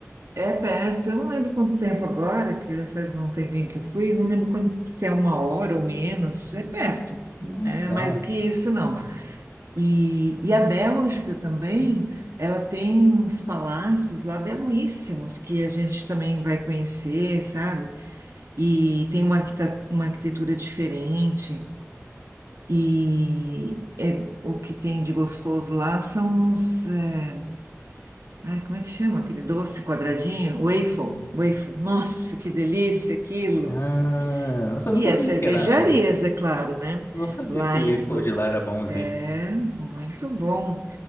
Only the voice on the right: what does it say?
é perto, eu não lembro quanto tempo agora, que já faz um tempinho que eu fui, não lembro quanto- se é uma hora ou menos, é perto. Não
é mais do que isso, não. E, e a Bélgica também, ela tem uns palácios lá belíssimos que a gente também vai conhecer, sabe? E tem uma, arquita- uma arquitetura diferente. E é, o que tem de gostoso lá são os. é, ai, como é que chama aquele doce quadradinho? Waffle. Waffle. Nossa, que delícia aquilo!
E
as cervejarias,
é claro, né?
Lá
em,
É, muito bom.